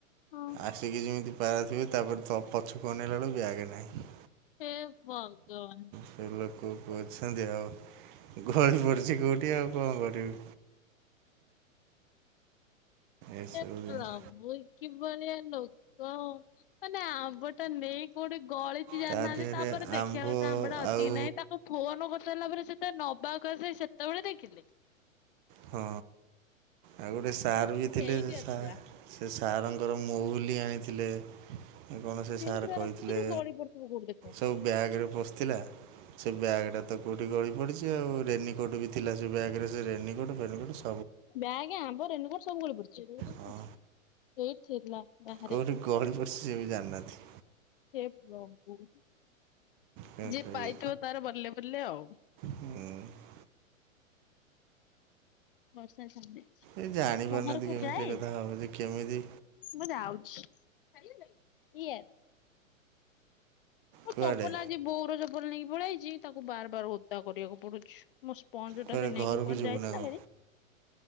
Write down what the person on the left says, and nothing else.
ହଁ।
ହେ ଭଗବାନ।
ହେ
ପ୍ରଭୁ, କିଭଳିଆ ଲୋକ, ମାନେ ଆମ୍ବଟା ନେଇକି କୋଉଠି ଗଳିଚି ଜାଣିନାହାଁନ୍ତି,
ତାପରେ ଦେଖିଆ
କଥା ଆମ୍ବଟା ଅଛି
କି ନାହିଁ, ତାକୁ ଫୋନ କରିସାଇଲା ପରେ ସେ ଯେତେ ନବାକୁ ଆସେଇ ସେତେବେଳେ ଦେଖିଲେ?
ସେଇଠି
ଅଛି ବା
ସେଇଠି
ବା
ରଖିଥିଲି ଗଳି ପଡିଥିବ କୋଉଠି ଦେଖ।
ବ୍ୟାଗ୍, ଆମ୍ବ, ରେନକୋଟ ସବୁ ଗଳି ପଡ଼ିଛି?
ସେଇଟି ଥିଲା। ବାହାରେ
ହେ ପ୍ରଭୁ।
ଯିଏ
ପାଇଥିବ ତାର ବଲେ ବଲେ ଆଉ।
ବର୍ଷା ଛାଡ଼ିଲେ।
ବାହାରକୁ
ଯାଏ?
ମୁଁ ଯାଉଛି। କିଏ? ମୁଁ
ଚପଲ ଆଜି ବୋଉର ଚପଲ ନେଇକି ପଳେଇ ଆଇଚି, ତାକୁ ବାର ବାର ଓଦା କରିବାକୁ ପଡୁଛି। ମୋ ସ୍ପଞ୍ଜଟା
ସେ ନେଇକି
କୁଆଡେ
ଯାଇଥିଲା
ଭାରି